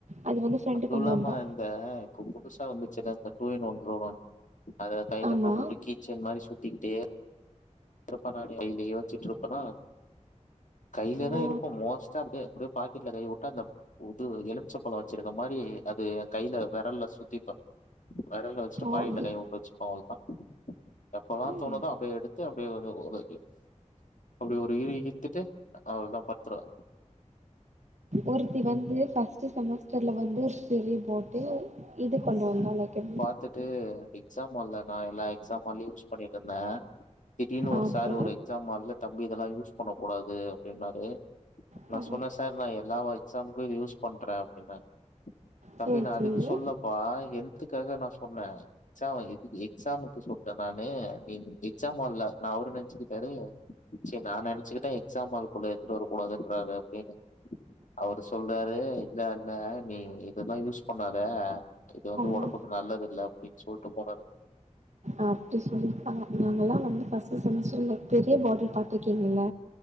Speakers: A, on the right; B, on the left.
A: அது வந்து ஃப்ரெண்டு
B: அதுவு
A: கொண்டு
B: இல்லாம
A: வந்தா
B: இந்த இப்ப புதுசா வந்துச்சுனா இந்த டூயின் ஒன் க்ரோ ஒன் அத கையில
A: ஆமா
B: போட்டுட்டு கீச் செயின் மாரி சுத்திக்கிட்டே இருப்பனா டெய்லியு வச்சுட்டு இருப்பனா கையில
A: ஓ
B: தா இருக்கு மோஸ்டா அப்டியே அப்டியே பாக் கெட்ல கையவுட்டா இந்த இது எலும்ச்ச பழோ வச்சிருக்க மாரி அது ஏ கையில வெரல்ல சுத்திப்ப விரல்ல வச்சுட்டு
A: ஓ
B: பாக்கெட்ல
A: அப்டி
B: கை வுட்டு வச்சுப்ப எப்பெல்லா
A: ம்
B: தோணுதோ அப்ப எடுத்து அப்டி ஒரு ஒரு அப்டி ஒரு இழு இழுத்துட்டு அவ்ளோதா பத்துருவ
A: ஒருத்தி வந்து ஃபர்ஸ்ட்டு செமஸ்டர்ல வந்து ஒரு சிறிய போட்டு இது கொண்டு வந்தா நெனக்கிற
B: எத்துட்டு எக்ஸாம் ஹால்ல நா எல்லா எக்ஸாம் ஹால்லையு யூஸ் பண்ணிட் இருந்த திடீர்னு
A: ஆ
B: ஒரு
A: ஓகே
B: சார் ஒரு எக்ஸாம் ஹால்ல தம்பி இதெல்லா யூஸ் பண்ண கூடாது அப்டின்னாரு
A: ஓ
B: நா சொன்ன சார் நா எல்லா எக்ஸாமுக்கு இது யூஸ் பண்ற அப்டின்னா தம்பி
A: சேரி
B: நா அதுக்கு
A: சேரி
B: சொல்லப்பா இக்குக்காக நா சொன்ன ச்சா எக் எக்ஸாமுக்கு சொல்லல நானு நீ எக்ஸாம் ஹால்ல நா அவருன்னு நெனச்சுக்கிட்டாரு சேரி நா நெனச்சுக்கிட்டே எக்ஸாம் ஹால்குள்ள எத்துட்டு வரக்கூடாதுன்றாரு அப்டின்னு அவரு சொல்றாரு இல்ல இல்ல நீ இததா யூஸ் பண்ணாத இது வந்து ஒடம்புக்கு
A: ஓ
B: நல்லது இல்ல அப்டின்னு சொல்ட்டு போனாரு
A: அப்டி சொல்லிருப்பாங்க நாங்கெல்லா வந்து, ஃபர்ஸ்ட் செமஸ்டர்ல பெரிய பாட்டல் பாத்துருக்கீங்ல்ல